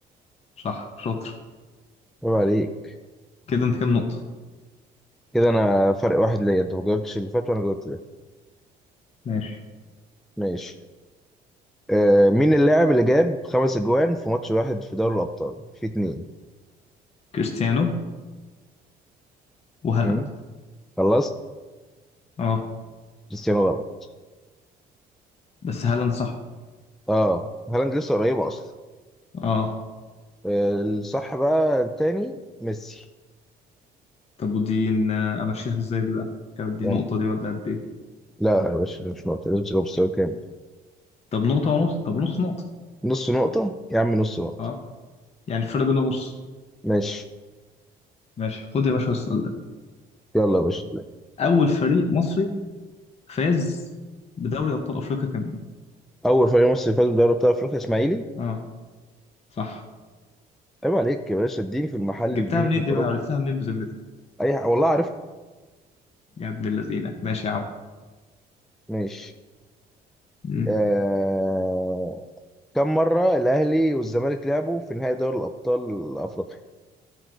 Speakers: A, on the left (about 40°); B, in the centre.
A: صح شاطر
B: عيب عليك
A: كده انت كام نقطة
B: كده انا فرق واحد ليا انت ما جاوبتش اللي فات وانا جاوبت ده
A: ماشي
B: ماشي آه، مين اللاعب اللي جاب خمس اجوان في ماتش واحد في دوري الابطال في اتنين
A: كريستيانو وهالاند
B: مم. خلصت
A: اه
B: كريستيانو غلط
A: بس هالاند صح
B: اه هالاند لسه قريبه اصلا
A: اه
B: آه، الصح بقى التاني ميسي
A: طب ودي ن- امشيها ازاي دي بقى كانت دي
B: يعني
A: نقطة دي ولا قد ايه
B: لا يا باشا ده مش نقطة مش نقطة، مستوى كامل
A: طب نقطة ونص طب نص نقطة
B: نص نقطة يا عم نص نقطة
A: اه يعني الفرق بيننا نص
B: ماشي
A: ماشي خد يا باشا السؤال ده
B: يلا يا باشا
A: اول فريق مصري فاز بدوري ابطال افريقيا كان مين
B: أول فريق مصري فاز بدوري أبطال أفريقيا إسماعيلي
A: اه صح
B: عيب عليك يا باشا اديني في المحل
A: جبتها
B: اديني
A: منين
B: في الأوروبي
A: دي بقى عرفتها منين بذمتك
B: أي ح- والله عارفها
A: يا ابن اللذينة ماشي يا
B: ماشي
A: عم
B: آه... كم مرة الأهلي والزمالك لعبوا في نهائي دوري الأبطال الأفريقي